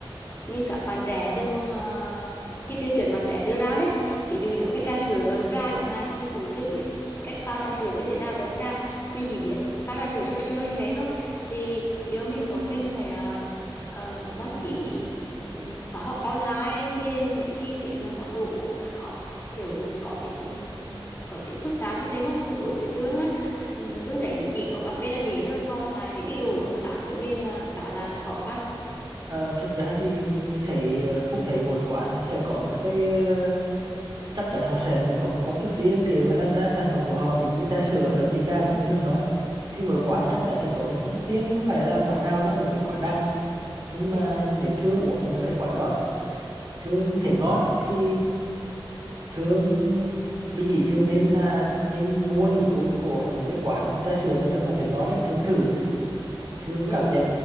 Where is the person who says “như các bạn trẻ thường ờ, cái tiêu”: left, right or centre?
Left